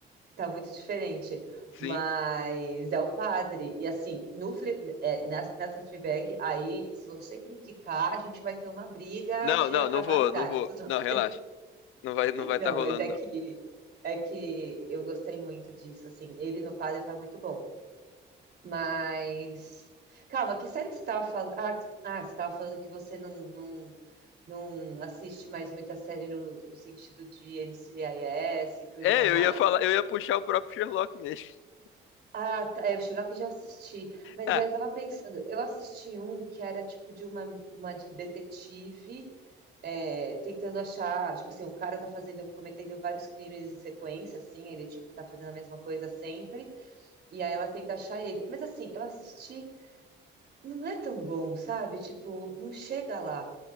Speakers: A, on the right; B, on the left.
A: tá muito diferente,
B: Sim.
A: mas é o padre. E assim, no, Fle- é, nessa, nessa Fleabag, aí, se você criticar, a gente vai ter uma briga
B: Não,
A: de
B: não,
A: acabar
B: não vou,
A: a amizade.
B: não vou.
A: Tô zoando.
B: Não, relaxa. Não vai, não vai
A: Não,
B: estar rolando
A: mas é que,
B: não.
A: é que eu gostei muito disso, assim, ele no padre tá muito bom. Mas. Calma, que série que você estava falando? Ah, ah, você estava falando que você não, não, não assiste mais muita série no, no sentido de NCIS, Criminal
B: É, eu
A: Minds.
B: ia falar, eu ia puxar o próprio Sherlock mesmo. <laughs>
A: Ah, tá, é, o Sherlock eu já assisti. Mas,
B: Ah,
A: velho, eu tava pensando, eu assisti um que era tipo de uma, uma detetive é, tentando achar, tipo assim, um cara tá fazendo, cometendo vários crimes em sequência, assim, ele tipo tá fazendo a mesma coisa sempre, e aí ela tenta achar ele. Mas assim, eu assisti. não é tão bom, sabe? Tipo, não chega lá.